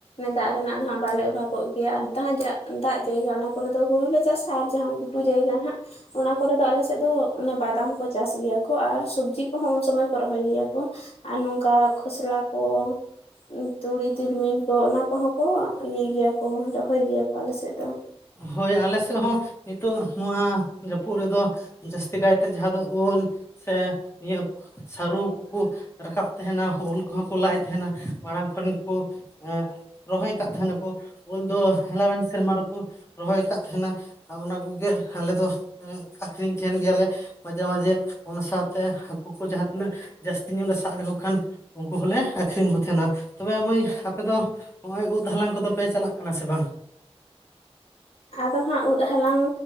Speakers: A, on the left; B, on the left.
A: ᱫᱟᱜ ᱨᱮᱱᱟᱜ ᱫᱚ ᱦᱟᱸᱜ ᱵᱟᱞᱮ ᱚᱵᱷᱟᱵᱚᱜ ᱜᱮᱭᱟ ᱟᱨ ᱡᱟᱦᱟᱸ ᱡᱟᱜ ᱫᱟᱜ ᱡᱟᱭᱜᱟ ᱚᱱᱟ ᱠᱚᱨᱮ ᱫᱚ ᱦᱩᱲᱩᱞᱮ ᱪᱟᱥᱟ ᱟᱨ ᱡᱟᱦᱟᱸᱜ <unintelligible> ᱡᱟᱭᱜᱟ ᱱᱟᱦᱟᱜ ᱚᱱᱟ ᱠᱚᱨᱮ ᱫᱚ ᱟᱞᱮ ᱥᱮᱫ ᱫᱚ ᱚᱱᱮ ᱵᱟᱫᱟᱢ ᱠᱚ ᱪᱟᱥ ᱜᱮᱭᱟ ᱠᱚ ᱟᱨ ᱥᱚᱵᱡᱤ ᱠᱚᱦᱚᱸ ᱩᱱ ᱥᱚᱢᱚᱭ ᱠᱚ ᱨᱚᱦᱚᱭ ᱜᱮᱭᱟ ᱠᱚ ᱟᱨ ᱱᱚᱝᱠᱟ ᱠᱷᱚᱥᱞᱟ ᱠᱚ ᱛᱩᱲᱤ ᱛᱤᱞᱢᱤᱧ ᱠᱚ ᱚᱱᱟ ᱠᱚᱦᱚᱸ ᱠᱚ ᱤᱭᱟᱹᱭ ᱜᱮᱭᱟ ᱠᱚ ᱨᱚᱦᱚᱭ ᱜᱮᱭᱟ ᱠᱚ ᱟᱞᱮᱥᱮᱫ ᱫᱚ
B: ᱦᱳᱭ ᱟᱞᱮ ᱥᱮᱫ ᱦᱚᱸ ᱱᱤᱛᱚᱜ ᱱᱚᱣᱟ ᱡᱟᱹᱯᱩᱫ ᱨᱮᱫᱚ ᱡᱟᱹᱥᱛᱤ ᱠᱟᱭᱛᱮ ᱡᱟᱦᱟᱸ ᱫᱚ ᱳᱞ ᱥᱮ ᱱᱤᱭᱟᱹ ᱥᱟᱹᱨᱩ ᱠᱚᱠᱚ ᱨᱟᱠᱟᱵ ᱛᱟᱦᱮᱱᱟ ᱳᱞ ᱠᱚᱦᱚᱸ ᱠᱚ ᱞᱟᱭ ᱛᱟᱦᱮᱱᱟ ᱢᱟᱲᱟᱝ ᱠᱷᱚᱱ ᱜᱮᱠᱚ ᱮ ᱨᱚᱦᱚᱭ ᱠᱟᱜ ᱛᱟᱦᱮᱱᱟᱠᱚ ᱳᱞ ᱫᱚ ᱦᱮᱞᱟᱣᱮᱱ ᱥᱮᱨᱢᱟ ᱨᱮ ᱠᱚ ᱨᱚᱦᱚᱭ ᱟᱠᱟᱫ ᱛᱟᱦᱮᱱᱟ ᱚᱱᱟ ᱠᱚᱜᱮ ᱟᱞᱮ ᱫᱚ ᱟᱠᱷᱨᱤᱧ ᱛᱟᱦᱮᱱ ᱜᱮᱭᱟᱞᱮ ᱢᱟᱡᱷᱮ ᱢᱟᱡᱷᱮ ᱚᱱᱟ ᱥᱟᱶᱛᱮ ᱦᱟᱹᱠᱩ ᱠᱚ ᱡᱟᱦᱟᱸ ᱛᱤᱱᱟᱹᱜ ᱡᱟᱹᱥᱛᱤ ᱧᱚᱜ ᱞᱮ ᱥᱟᱵ ᱞᱮᱠᱚ ᱠᱷᱟᱱ ᱩᱱᱠᱩ ᱦᱚᱸᱞᱮ ᱟᱠᱷᱨᱤᱧ ᱠᱚ ᱛᱟᱦᱮᱱᱟ ᱛᱚᱵᱮ ᱢᱟᱹᱭ ᱟᱯᱮ ᱫᱚ? ᱱᱚᱜᱼᱚᱭ ᱩᱫ ᱦᱟᱞᱟᱝ ᱠᱚᱫᱚ ᱯᱮ ᱪᱟᱞᱟᱜ ᱠᱟᱱᱟ ᱥᱮ ᱵᱟᱝ?
A: ᱟᱫᱚ ᱦᱟᱸᱜ ᱩᱫ ᱦᱟᱞᱟᱝ